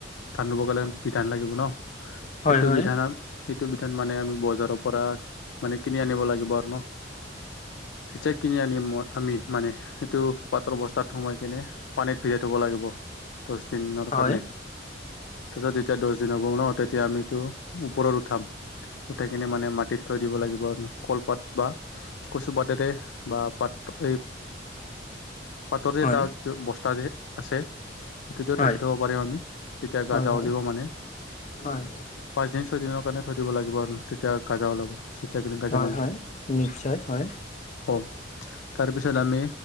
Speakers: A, on the left; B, on the left.
A: ধান ৰুব গ'লে বিধান লাগিব ন,
B: হয়
A: সেইটো
B: হয়
A: বিধান, সেইটো বিধান মানে আমি বজাৰত পৰা মানে কিনি আনিব লাগিব আৰু ন। যেতিয়া কিনি আনিম মই, আমি মানে সেইটো পাতৰ বস্তাত সোমাই কেনে পানীত ভিজাই থ'ব লাগিব, দহ দিনৰ
B: হয়
A: কাৰণে। তাৰপিছত যেতিয়া দহ দিন হ'ব ন, তেতিয়া আমি এইটো ওপৰত উঠাম। উঠাই কিনে মানে মাটিত থৈ দিব লাগিব, কলপাত বা কচু পাতেৰে বা পাত এই পাতৰ যে
B: হয়
A: তাত বস্তা যে আছে সেইটোতে
B: হয়
A: ঢাকি থব পাৰিম আমি, তেতিয়া
B: হয়
A: গাজা
B: হয়
A: উলিয়াব মানে।
B: হয়
A: পাঁচদিন-ছয় দিনৰ কাৰণে থৈ দিব লাগিব আৰু তেতিয়া গাজা ওলাব। চিতাগিলি গাজা
B: হয়,
A: নোলায়
B: হয়, নিশ্চয় হয়।
A: অ। তাৰ পিছত আমি